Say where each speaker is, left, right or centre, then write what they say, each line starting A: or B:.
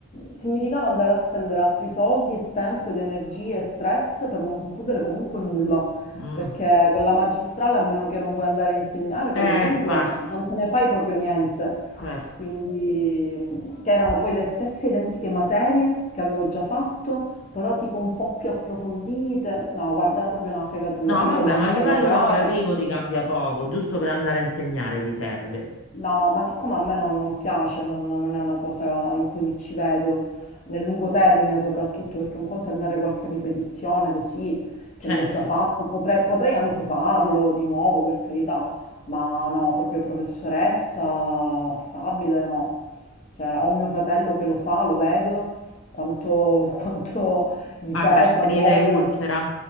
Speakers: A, on the left; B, on the left.
A: eh, significava andare a spendere altri soldi e tempo ed energie e stress per non concludere comunque nulla,
B: Mm.
A: perché con la magistrale, a meno che non vuoi andare a insegnare con
B: Eh,
A: le lingue,
B: infatti,
A: non, non te ne fai proprio niente.
B: certo.
A: Quindi, mh, che erano poi le stesse identiche materie che avevo già fatto, però tipo un po' più approfondite. No, guarda, era proprio una fregatura.
B: No,
A: Io
B: vabbè,
A: volevo andare
B: ma a livello
A: a lavorare.
B: lavorativo ti cambia poco, giusto per andare a insegnare ti serve.
A: No, ma siccome a me non, non piace, non, non è una cosa in cui mi ci vedo, nel lungo termine soprattutto, perché un conto è andare qualche ripetizione così, che
B: Certo.
A: l'ho già fatto, potrei, potrei anche farlo di nuovo, per carità, ma no, proprio professoressa stabile, no. Cioè, ho mio fratello che lo fa, lo vedo, quanto, <laughs> quanto gli
B: Ah,
A: pesa
B: gastrite
A: proprio.
B: e ulcera?